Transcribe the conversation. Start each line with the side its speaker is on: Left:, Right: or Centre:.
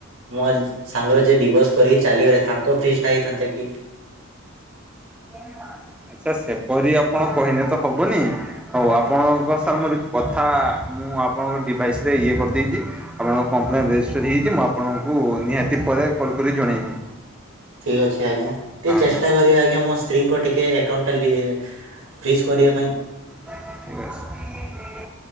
Right: ମୋର ସାଙ୍ଗରେ ଯ ଡିଭୋର୍ସ କରିକି ଚାଲିଗଲେ ତାଙ୍କ ଫ୍ରିଜ୍ ଟା ହେଇଥାନ୍ତା କି?
Centre: <inaudible> ଆଚ୍ଛା ସେପରି ଆପଣ କହିଲେ ତ ହବନି। ହଉ ଆପଣଙ୍କ ସାର୍ ମୋର ରି ତଥା ମୁଁ ଆପଣଙ୍କ ଡିଭାଇସ ରେ ଇଏ କରିଦେଇଚି। ଆପଣଙ୍କ କମ୍ପ୍ଲେନ୍ ରେଜିଷ୍ଟର ହେଇଚି। ମୁଁ ଆପଣଙ୍କୁ ନିହାତି ପରେ କଲ୍ କରି ଜଣେଇବି।
Right: ଠିକ୍ ଅଛି ଆଜ୍ଞା ଟିକେ
Centre: ଆଜ୍ଞା
Right: ଚେଷ୍ଟା କରିବ ଆଜ୍ଞା ମସ୍ତେ ସ୍ତ୍ରୀଙ୍କ ଟିକେ ଏକାଉଣ୍ଟ ଟା ଲି ଫ୍ରିଜ କରିବା ପାଇଁ
Centre: ଠିକ ଅଛି।